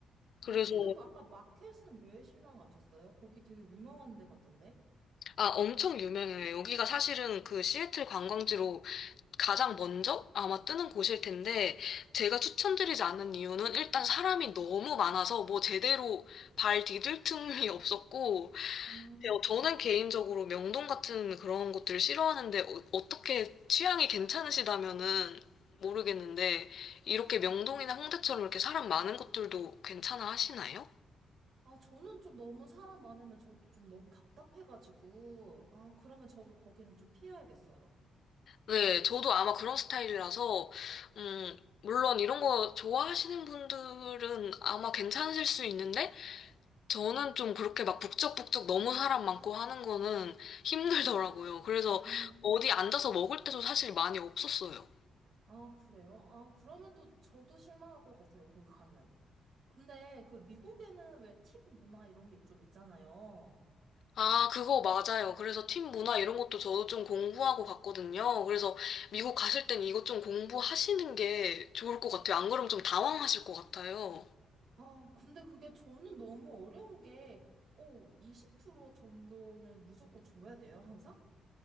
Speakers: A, on the right (about 70°); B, on the left (about 60°).
A: 아,
B: 그래서
A: 근데 그 아까 마켓은 왜 실망하셨어요? 거기 되게 유명한 데 같던데?
B: 아 엄청 유명해요. 여기가 사실은 그 시애틀 관광지로 가장 먼저 아마 뜨는 곳일 텐데 제가 추천드리지 않는 이유는 일단 사람이 너무 많아서 뭐 제대로 발 디딜 틈이 없었고
A: 음.
B: 네, 어, 저는 개인적으로 명동 같은 그런 곳들을 싫어하는데 어, 떻게 취향이 괜찮으시다면은 모르겠는데 이렇게 명동이나 홍대처럼 이렇게 사람 많은 곳들도 괜찮아 하시나요?
A: 아, 저는 좀 너무 사람 많으면 저도 좀 너무 답답해가지고, 아, 그러면 저도 거기는 좀 피해야겠어요.
B: 네, 저도 아마 그런 스타일이라서 음, 물론 이런 거 좋아하시는 분들은 아마 괜찮으실 수 있는데 저는 좀 그렇게 막 북적북적 너무 사람 많고 하는 거는 힘들더라고요. 그래서
A: 음.
B: 어디 앉아서 먹을 때도 사실 많이 없었어요.
A: 아, 그래요? 아, 그러면 또 저도 실망할 것 같아요, 거기 가면. 근데 그 미국에는 왜 팁 문화 이런 게 좀 있잖아요.
B: 아, 그거 맞아요. 그래서 팀 문화 이런 것도 저도 좀 공부하고 갔거든요. 그래서 미국 가실 땐 이것 좀 공부하시는 게 좋을 것 같아요. 안 그러면 좀 당황하실 것 같아요.
A: 아, 근데 그게 저는 너무 어려운 게, 어, 20% 정도는 무조건 줘야 돼요, 항상?